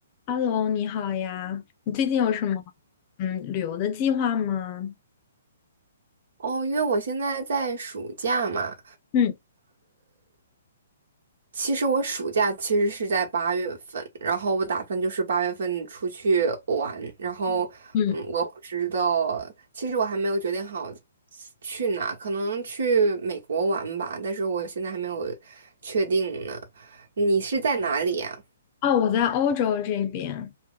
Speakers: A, on the left (about 35°); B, on the right (about 65°).
A: Hello，你好呀，你最近有什么嗯旅游的计划吗？
B: 哦，因为我现在在暑假嘛，
A: 嗯
B: 其实我暑假其实是在八月份，然后我打算就是八月份出去玩，然后嗯，
A: 嗯，
B: 我不知道，其实我还没有决定好去哪，可能去美国玩吧，但是我现在还没有确定呢。你是在哪里呀？
A: 哦，我在欧洲这边。